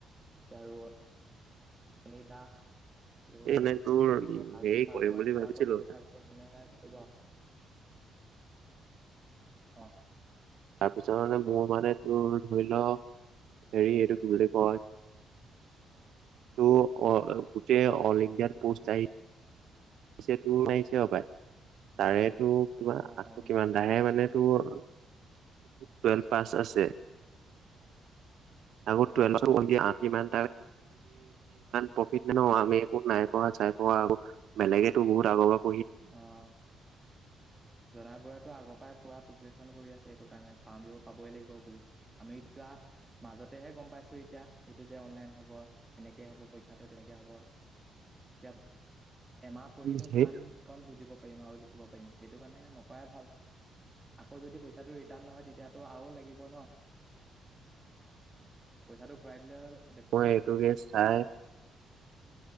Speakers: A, on the right; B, on the right.
A: তাৰো তিনতা ত
B: এই মানে তোৰ
A: আকৌ হাল
B: হেৰি
A: চাল
B: কৰিম
A: বোৱা
B: বুলি
A: সেইবিলাকত
B: ভাবিছিলো,
A: পইচা গৈছে সেনেহে কলো আকৌ অ
B: তাৰপিছত মানে মোৰ মানে তোৰ ধৰি লও হেৰি এইটো কি বুলি কয় ত অ গোটেই অল ইণ্ডিয়াৰ পষ্ট আহি পিছে তোৰ নাম আহিছে সপাই তাৰে তো কিবা
A: অ
B: আকৌ
A: অল ইণ্ডিয়াত
B: কিমান তাহে
A: অ
B: মানে তোৰ, টুৱেলভ পাছ আছে <unintelligible>
A: অ অ অ
B: ইমান প্ৰফিট নে ন আমি একো নাই পঢ়া চাই পঢ়া আ বেলেগেতো বহুত আগত
A: অহ জনা বোৰেটো আগৰ পৰাই পূৰা প্ৰিপেৰেশ্যন কৰি আছে এইটো কাৰণে পাম পাবই লাগিব বুলি আমি এতিয়া, মাজতেহে গম পাইছো এতিয়া এইটো যে অনলাইন হব এনেকে হব পৰীক্ষাটো তেনেকে হ'ব এতিয়া এমাহ পঢ়িনো
B: উম, সেই
A: কিমান কণ বুজিব পাৰিম আৰু লিখিব পাৰিম পাৰিম সেইটো কাৰণে নকৰাই ভাল আকৌ যদি পইচাটো ৰিটাৰ্ণ নহয় তেতিয়াতো আৰু লাগিব ন পইচাটো ঘূৰাই দিলে হ'ল
B: অ এইটোকে চাই